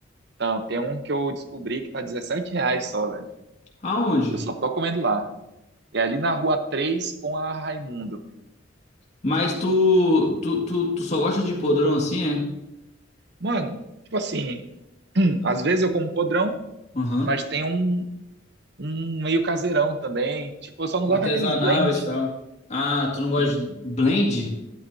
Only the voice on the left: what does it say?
Aonde?
Mas tu, tu, tu, tu só gosta de podrão assim, é?
Aham.
Artesanal
e tal. Ah, tu não gosta
de blend?